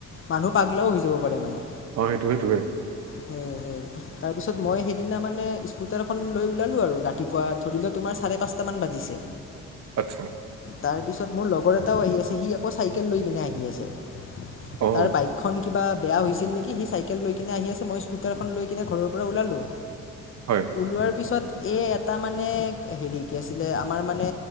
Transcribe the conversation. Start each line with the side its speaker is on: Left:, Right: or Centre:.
Left: মানুহ পাগলাও হৈ যাব পাৰে মানে।
Right: অ সেইটোয়ে টোৱে৷
Left: হুম-হুম৷ তাৰ পিছত মই সেইদিনা মানে স্কুটাৰখন লৈ ওলালো আৰু ৰাতিপুৱা ধৰি লোৱা তোমাৰ চাৰে পাঁচটা মান বাজি দিছে
Right: আচ্ছা
Left: তাৰ পিছত মোৰ লগৰ এটাও আহি আছে সি আকৌ চাইকেল লৈ কিনে আহি আছে।
Right: অ
Left: তাৰ বাইকখন কিবা বেয়া হৈছিল নেকি সি চাইকেল লৈ কিনে আহি আছে মই স্কুটাৰখন লৈ কিনে ঘৰৰ পৰা ওলালোঁ।
Right: হয়
Left: ওলোৱাৰ পিছত এই এটা মানে হেৰি কি আছিলে আমাৰ মানে